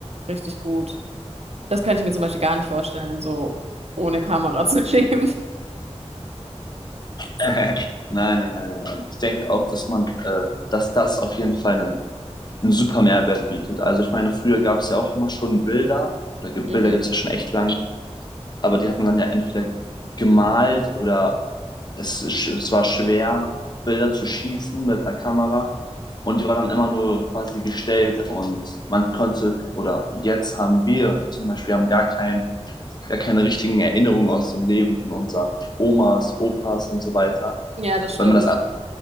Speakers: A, on the right; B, on the left.
A: richtig gut. Das könnte ich mir zum Beispiel gar nicht vorstellen, so ohne Kamera zu leben. <laughs>
B: <laughs> Nein, nein, nein, nein, nein. Ich denke auch, dass man, äh, dass das auf jeden Fall einen, einen super Mehrwert bietet. Also ich meine, früher gab es ja auch immer schon Bilder, oder ge- Bilder
A: Mhm.
B: gibt es ja schon echt lange. Aber die hat man dann ja entweder gemalt oder es, sch- es war schwer, Bilder zu schießen mit einer Kamera. Und die war dann immer nur quasi gestellt und man konnte, oder jetzt haben wir zum Beispiel, haben gar kein, gar keine richtigen Erinnerungen aus dem Leben von unseren Omas, Opas und so weiter,
A: Ja, das stimmt.
B: weil man das alles